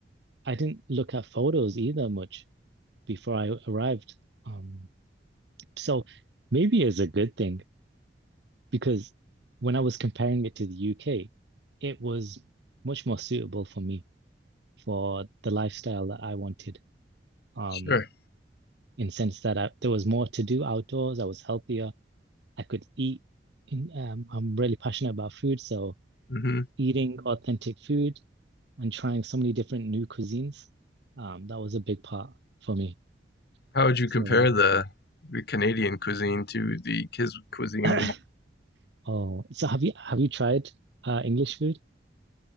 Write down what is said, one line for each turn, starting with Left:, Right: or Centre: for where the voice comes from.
Right: I didn't look at photos either much before I arrived. Um, so maybe it's a good thing because when I was comparing it to the UK, it was much more suitable for me for the lifestyle that I wanted. Um,
Left: Sure.
Right: in sense that I, there was more to do outdoors, I was healthier, I could eat. In, um, I'm really passionate about food, so
Left: hmm
Right: eating authentic food and trying so many different new cuisines, um, that was a big part for me.
Left: How would you
Right: So
Left: compare
Right: that was
Left: the the Canadian cuisine to the kids cuisine in
Right: good.
Left: the
Right: <clears throat> <coughs> Oh, so have you have you tried uh, English food?